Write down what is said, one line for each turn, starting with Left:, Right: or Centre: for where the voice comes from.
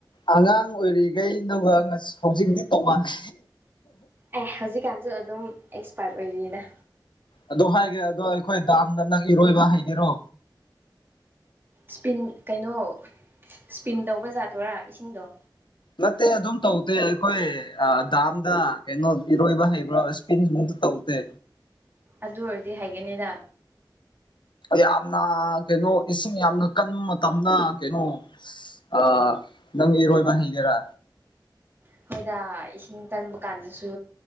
Left: ꯑꯉꯥꯡ ꯑꯣꯏꯔꯤꯈꯩ ꯑꯗꯨꯒ ꯍꯧꯖꯤꯛꯗꯤ ꯇꯣꯉꯥꯟꯅ
Right: ꯑꯦ ꯍꯧꯖꯤꯛꯀꯥꯟꯁꯨ ꯑꯗꯨꯝ ꯑꯦꯛꯁꯄꯥꯔꯠ ꯑꯣꯏꯔꯤꯅ
Left: ꯑꯗꯣ ꯍꯥꯏꯒꯦ ꯑꯗꯣ ꯑꯩꯈꯣꯏ ꯗꯥꯝꯅ ꯅꯪ ꯏꯔꯣꯏꯕ ꯍꯥꯏꯒꯦꯔꯣ
Right: ꯁꯄꯤꯟ ꯀꯩꯅꯣ ꯁ꯭ꯄꯤꯟ ꯇꯧꯕ ꯌꯥꯥꯗꯣꯏꯣꯔꯥ ꯏꯁꯤꯡꯗꯣ
Left: ꯅꯠꯇꯦ ꯑꯗꯨꯝ ꯇꯧꯗꯦ ꯑꯩꯈꯣꯏ ꯗꯥꯝꯗ ꯀꯩꯅꯣ ꯏꯔꯣꯏꯕ ꯍꯩꯕ꯭ꯔꯥ ꯏꯁꯄꯤꯟꯁ ꯃꯨꯇ ꯇꯧꯗꯦ
Right: ꯑꯗꯨ ꯑꯣꯏꯔꯗꯤ ꯍꯥꯏꯒꯅꯤꯗ
Left: ꯌꯥꯝꯅ ꯀꯩꯅꯣ ꯏꯁꯤꯡ ꯌꯥꯝꯅ ꯀꯟꯕ ꯃꯇꯝꯗ ꯀꯩꯅꯣ ꯑ ꯅꯪ ꯏꯔꯣꯏꯕ ꯍꯩꯒꯦꯔꯥ
Right: ꯑꯩꯈꯣꯏꯗ ꯏꯁꯤꯡ ꯇꯟꯕ ꯀꯥꯟꯗꯁꯨ